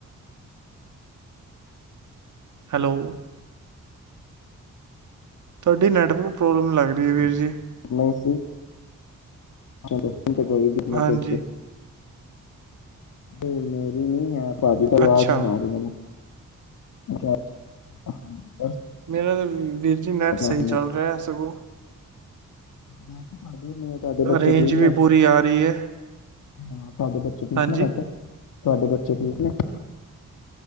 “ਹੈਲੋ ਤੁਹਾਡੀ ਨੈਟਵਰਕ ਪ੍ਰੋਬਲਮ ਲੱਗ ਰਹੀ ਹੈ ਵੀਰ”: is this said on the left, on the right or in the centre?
Right